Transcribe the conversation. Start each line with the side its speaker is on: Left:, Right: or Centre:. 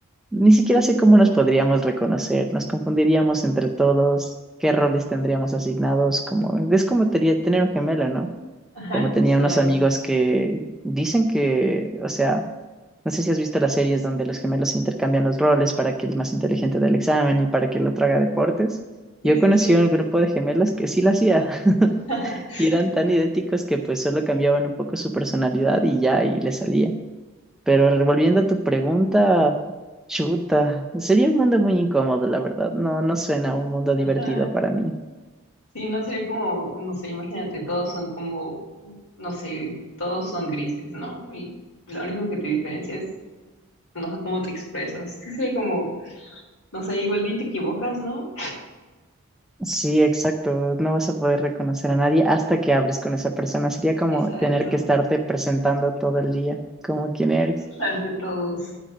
Centre: ni siquiera sé cómo nos podríamos reconocer, nos confundiríamos entre todos, qué roles tendríamos asignados, como es como tería- tener un gemelo, ¿no?
Left: ajá,
Centre: como
Left: justo.
Centre: tenía unos amigos que dicen que, o sea, no sé si has visto las series donde los gemelos intercambian los roles para que el más inteligente del examen y para que el otro haga deportes.
Left: Sí,
Centre: Yo
Left: sí,
Centre: conocí
Left: sí.
Centre: a un grupo de gemelos que sí lo hacía <laughs>
Left: <laughs>
Centre: y eran tan idénticos que pues solo cambiaban un poco su personalidad y ya, y le salía. Pero revolviendo a tu pregunta, chuta, sería un mundo muy incómodo, la verdad. No, no suena un mundo divertido
Left: Ajá.
Centre: para mí.
Left: Sí, no sería como, no sé, imagínate, todos son como, no sé, todos son grises, ¿no? Y lo único que te diferencia es, no sé cómo te expresas. Sí, sería como, no sé, igual y te equivocas, ¿no?
Centre: Sí, exacto. No vas a poder reconocer a nadie hasta que hables con esa persona. Sería como
Left: Exacto,
Centre: tener que estarte presentando todo el día, como quién eres.
Left: ante todos.